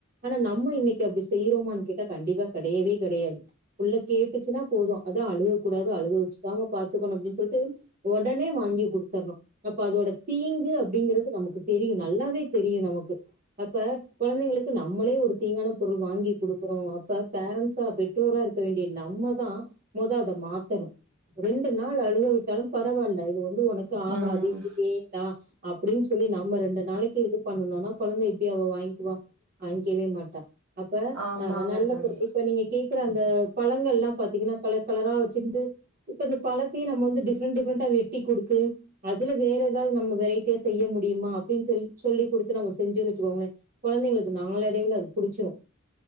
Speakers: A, on the right (about 40°); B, on the right (about 70°).
A: ஆனா நம்ம இன்னைக்கு அப்டி செய்ரோமான் கேட்டா கண்டிப்பா கெடயவே கெடயாது புள்ள கேட்டுச்சுனா போது அது அழுக கூடாது அழுக வச்சுக்காம பாத்துக்கனு அப்டின்னு சொல்லிட்டு ஒடனே வாங்கி குடுத்தறோ அப்ப அதோட தீங்கு அப்டிங்குறது நமக்கு தெரியு நல்லாவே தெரியு நமக்கு அப்ப கொழந்தைங்களுக்கு நம்மளே ஒரு தீங்கான பொருள் வாங்கி குடுக்குறோ அப்ப பேரண்ட்ஸோ அப் ற்றோரா இருக்க வேண்டிய நம்ம தா மொத அத மாத் த்தனு ரெண்டு நாள் அழுக விட்டாலு பரவாயில்ல இது வந்து ஒனக்கு ஆகாது
B: ம்
A: இது வேண்டா அப்டின் சொல்லி நம்ம ரெண்டு நாளைக்கு இது பண்ணனுனா கொழந்த எப்டி அவ வாங்கிகுவா வாங்கிக்கவே மாட்டா அப்ப
B: ஆமாங்க
A: நல்ல
B: தோழி
A: பொருள் இப்ப நீங்க கேக்குற அந்த பழங்கள் எல்லா பாத்தீங்னா கலர் கலரா ந்து இப்ப இந்த பழத்தையே நம்ம வந்து டிஃப்ரெண்ட் டிஃப்ரெண்டா வெட்டி குடுத்து அதுல வேற ஏதாவது நம்ம வெரைட்டியா செய்ய முடியுமா அப்படின்னு சொி சொல்லி் குடுத்து நம்ம செஞ்சுன்னு வச்சுக்கோங்களே கொழந்தைங்களுக்கு நாளடைவுல அது புடிச்சிரு